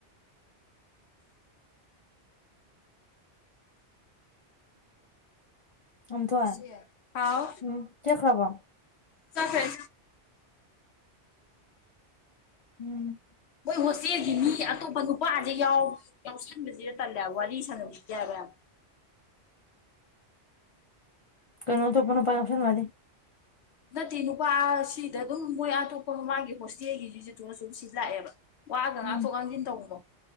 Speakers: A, on the left (about 55°); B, on the left (about 70°).
A: ꯑꯃꯨꯊꯣꯏ
B: ꯏꯆꯦ ꯍꯥꯎ
A: ꯍꯨꯝ ꯆꯠꯈ꯭ꯔꯕꯣ
B: ꯆꯠꯈ꯭ꯔꯦ
A: ꯎꯝ
B: ꯃꯣꯏ ꯍꯣꯁꯇꯦꯜꯒꯤ ꯃꯤ ꯑꯇꯣꯞꯄ ꯅꯨꯄꯥꯖꯦ ꯌꯥꯎ ꯌꯥꯎꯁꯟꯕꯖꯤꯗ ꯇꯜꯂꯦꯕ ꯋꯥꯔꯤ ꯁꯥꯟꯅꯅꯤꯡꯗꯦ ꯍꯥꯏꯕ ꯌꯥꯝ
A: ꯀꯩꯅꯣ ꯑꯇꯣꯞꯄ ꯅꯨꯄꯥ ꯌꯥꯎꯁꯟꯕ ꯑꯗꯤ
B: ꯅꯠꯇꯦ ꯅꯨꯄꯥ ꯁꯤꯗ ꯑꯗꯨꯝ ꯃꯣꯏ ꯑꯇꯣꯞꯄ ꯃꯃꯥꯡꯒꯤ ꯍꯣꯁꯇꯦꯜꯒꯤ ꯖꯤꯖꯨ ꯇꯣ ꯁꯨꯝ ꯁꯤ ꯂꯥꯛꯑꯦꯕ ꯋꯥꯒ ꯉꯥꯛꯊꯣꯛ
A: ꯎꯝ
B: ꯉꯥꯡꯖꯤꯟ ꯇꯧꯕꯗꯣ